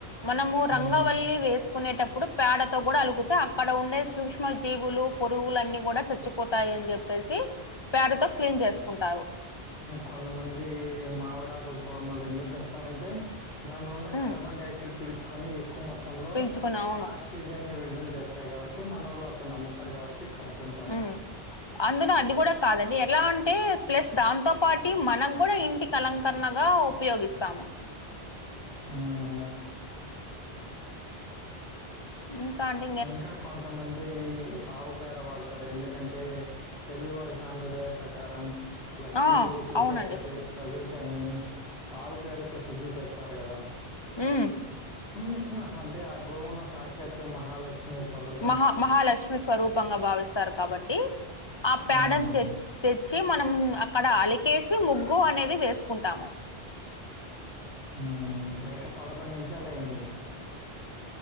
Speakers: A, on the left (about 25°); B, on the left (about 80°).
A: మనము రంగవల్లి
B: ఉమ్,
A: వేసుకునేటప్పుడు పేడతో కూడా అలుకుతే అక్కడ ఉండే సూక్ష్మ జీవులు పొట్ పురుగులన్నీ కూడా చచ్చిపోతాయి అని చెప్పేసి పేడతో క్లీన్ చేసుకుంటారు
B: కొంతమంది మావిడాకుల తోరణాలు ఎందుకు కడతారంటే దానిలో ఉన్న
A: హ్మ్
B: కార్బన్ డై ఆక్సైడ్ పీల్చుకొని ఎక్కువ మొత్తంలో
A: పీల్చుకుని అవును.
B: అన్ సిజన్ని విడుదల చేస్తాయి కాబట్టి మనొళ్లు అట్ల నమ్ముతారు కాబట్టి కడుతారు
A: హ్మ్ అందులో అది కూడా కాదండి ఎలా అంటే ప్లస్ దాంతో పాటి మనకు కూడా ఇంటికి అలంకరణగా ఉపయోగిస్తా
B: ఉమ్
A: ఇంకా ఆండీ
B: ఇంకా కొంతమంద్ అది ఆవుపేడ వాడ్తారు ఎందుకంటే తెలుగువారి సాంప్రదాయ ప్రకారం లక్ష్మీ
A: ఆ
B: పూజ చేసే
A: అవునండి.
B: ప్రసె ప్రదేశాన్ని ఆవు పేడతో శుద్ధి చేస్తారు కదా
A: ఉమ్
B: హ్మ్ హు అంటే ఆ గోవును సాక్షతు మహాలక్ మీ సదువ్
A: మహా మహాలక్ష్మి స్వరూపంగా భావిస్తారు కాబట్టి ఆ పేడన్
B: ఉమ్
A: చే చ్చి మనం అక్కడ అలికేసి ముగ్గు అనేది వేసుకుంటాము
B: హ్మ్ లేక పదకొండు నిమిషాలు అయింది